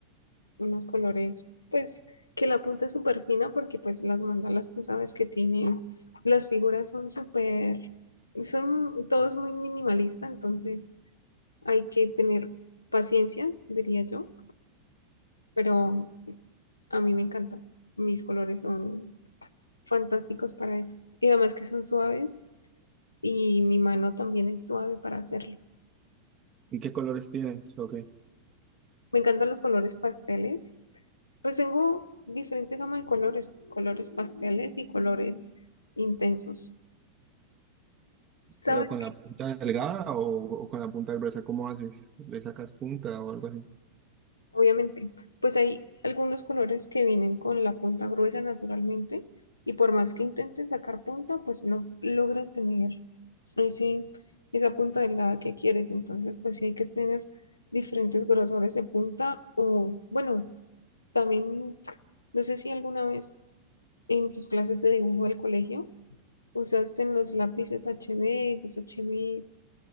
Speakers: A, on the left (about 80°); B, on the right (about 30°).
A: unos colores, pues que la punta es súper fina porque pues las mandalas tú sabes que tienen, las figuras son súper, son, todo es muy minimalista, entonces Hay que tener paciencia, diría yo, pero a mí me encanta. Mis colores son fantásticos para eso. Y además que son suaves y mi mano también es suave para hacerlo.
B: ¿Y qué colores tienes? Ok.
A: Me encantan los colores pasteles. Pues tengo diferente gama de colores, colores pasteles y colores intensos. ¿Sabes
B: ¿Pero con la punta delgada o, o con la punta gruesa? ¿Cómo haces? ¿Le sacas punta o algo así?
A: Obviamente, pues hay algunos colores que vienen con la punta gruesa naturalmente y por más que intentes sacar punta, pues no logras tener ese, esa punta delgada que quieres. Entonces, pues sí hay que tener diferentes grosores de punta o, bueno, también, no sé si alguna vez en tus clases de dibujo del colegio usaste los lápices HB, los HB,